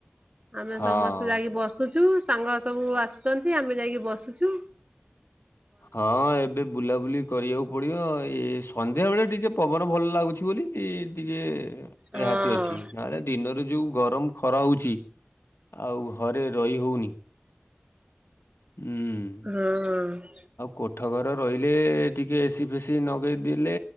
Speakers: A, on the right; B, on the left.
A: ଆମେ
B: ହଁ।
A: ସମସ୍ତେ ଯାଇକି ବସୁଚୁ ସାଙ୍ଗ ସବୁ ଆସୁଛନ୍ତି ଆମେ ଯାଇକି ବସୁଚୁ।
B: ହଁ ଏବେ ବୁଲାବୁଲି କରିଆକୁ ପଡିବ ଏ ସନ୍ଧ୍ୟା ବେଳେ ଟିକେ ପବନ ଭଲ ଲାଗୁଛି ବୋଲି ଇ ଟିକେ ସେ
A: ହଁ
B: ହାତୀ ଅଛି ନହେଲେ ଦିନରେ ଯୋଉ ଗରମ୍ ଖରା ହଉଚି ଆଉ ଘରେ ରହି ହଉନି। ଉଁ।
A: ହଁ।
B: କୋଠ ଘର ରହିଲେ ଟିକେ ଏସି ଫେସି ନଗେଇ ଦେଲେ